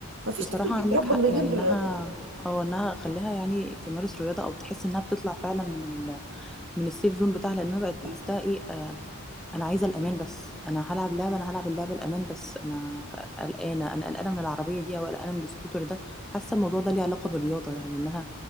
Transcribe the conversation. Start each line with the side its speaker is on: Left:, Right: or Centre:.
Right: مفيش
Centre: بصراحة
Right: طفل بيتربى
Centre: عندك حق
Right: من غير
Centre: يعني إنها أو إنها أخليها يعني تمارس رياضة أو تحس إنها بتطلع فعلا من ال... من السيف زون بتاعها لأن أنا بقت
Right: <laughs>
Centre: بحسها إيه آه، انا عايزه الامان بس انا هلعب لعبه انا هلعب اللعبه الامان بس انا خ- قلقانه انا قلقانه من العربيه دي او قلقانه من السكوتر ده حاسه الموضوع ده ليه علاقه بالرياضه يعني انها